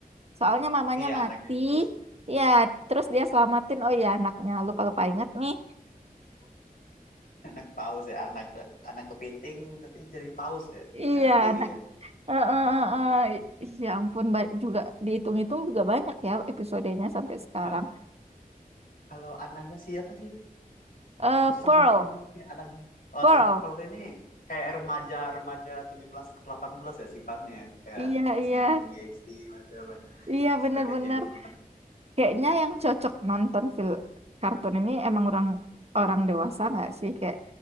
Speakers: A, on the right (about 45°); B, on the left (about 80°).
A: Soalnya mamanya
B: iya
A: mati.
B: anak yang paus
A: Ya, terus dia selamatin. Oh iya anaknya. Lupa-lupa ingat nih.
B: <laughs> anak paus ya anak anak kepiting tapi jadi paus ya
A: Iya,
B: anak tiri
A: anak
B: ya
A: Eh, eh, eh, eh. Ya ampun, ba- juga dihitung-hitung juga banyak ya episodenya sampai sekarang.
B: Eh, kalau anaknya siapa sih
A: Eh,
B: Susah
A: Pearl,
B: sih namanya nih anaknya. Oh,
A: Pearl.
B: si ini kayak remaja-remaja 17 ke 18 ya sifatnya. Kayak
A: Iya,
B: masih
A: iya.
B: ngikutin gengsi, masih apa.
A: Iya, bener-bener.
B: Udah kayak hidup.
A: Kayaknya yang cocok nonton film kartun ini emang orang orang dewasa nggak sih? Kayak